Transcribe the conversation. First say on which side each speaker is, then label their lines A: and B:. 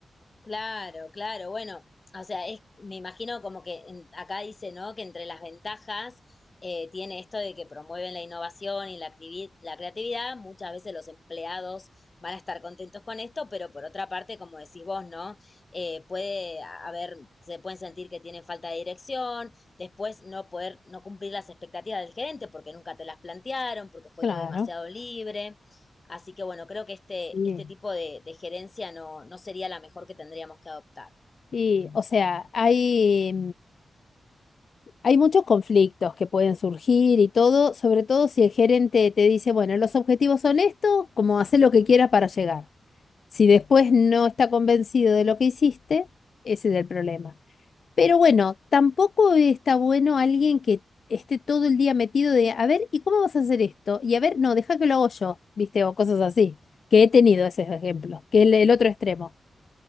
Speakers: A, on the left; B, on the left.
A: Claro, claro, bueno, o sea, es, me imagino como que en- acá dice, ¿no? Que entre las ventajas eh, tiene esto de que promueven la innovación y la, activi- la creatividad, muchas veces los empleados van a estar contentos con esto, pero por otra parte, como decís vos, ¿no? Eh, puede a- haber, se pueden sentir que tienen falta de dirección, después no poder, no cumplir las expectativas del gerente porque nunca te las plantearon, porque fue
B: Claro,
A: todo demasiado libre. Así que bueno, creo que este,
B: sí.
A: este tipo de, de gerencia no, no sería la mejor que tendríamos que adoptar.
B: Y, o sea, hay. Hay muchos conflictos que pueden surgir y todo, sobre todo si el gerente te dice, bueno, los objetivos son estos, como hacer lo que quieras para llegar. Si después no está convencido de lo que hiciste, ese es el problema. Pero bueno, tampoco está bueno alguien que esté todo el día metido de, a ver, ¿y cómo vas a hacer esto? Y a ver, no, deja que lo hago yo, ¿viste? O cosas así, que he tenido ese ejemplo, que es el el otro extremo,